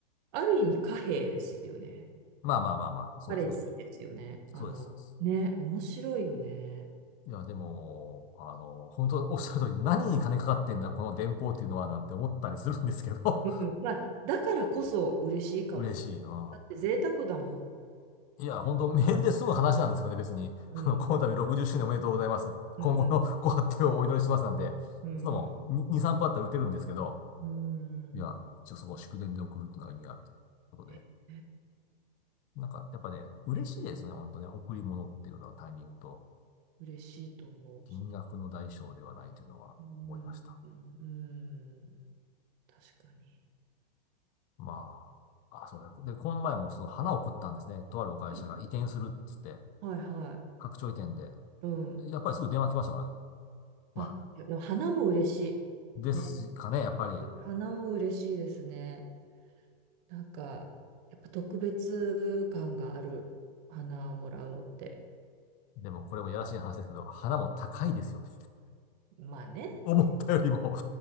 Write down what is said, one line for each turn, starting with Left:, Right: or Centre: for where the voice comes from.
Right: ある意味貨幣ですよね。
Left: まあまあまあまあ、そうですね。
Right: カレンシーですよね。あの、
Left: そうです、そうです。
Right: ね、面白いよね。
Left: いや、でも、あの、本当おっしゃる通り、何に金かかってんだ、この電報っていうのは、なんて思ったりするんですけど、
Right: うん、まあ、だからこそ嬉しいかも。
Left: <laughs> 嬉しい。うん。
Right: だって贅沢だもん。
Left: いや、本当メールですぐ話なんですけどね、別に。
Right: うん、
Left: あの、この度60周年おめでとうございます。今後の
Right: うん、
Left: <laughs> ご発展をお祈りしますなんて、
Right: うん、
Left: そんなもん、2、3分あったら打てるんですけど、
Right: うん。う
Left: いや、
Right: ん
Left: 一応そこを祝電で送るっていうのが意味があるということで。
Right: へ
Left: なんか、やっぱね、嬉しいですよね、
Right: え
Left: 本当ね。贈り物っていうのはタイミングと、
Right: 嬉しいと思う。
Left: 金額の代償ではないというのは思いました。
Right: そう。うん、うん、うん確かに。
Left: まあ、あ、そうだね。で、この前もその花を食ったんですね。とあるお会社が移転するっつって、
Right: うんはいは
Left: 拡張移転で。
Right: い。うん。
Left: やっぱりすぐ電話来ましたからね。まあ、
Right: あ、いやでも花も嬉し
Left: ですかね、
Right: い。ね。
Left: やっぱり。
Right: 花も嬉しいですね。なんか、やっぱ特別感がある花もらうのって。
Left: でもこれもやらしい話ですけど、花も高いですよね。<laughs>
Right: まあね。
Left: 思ったよりも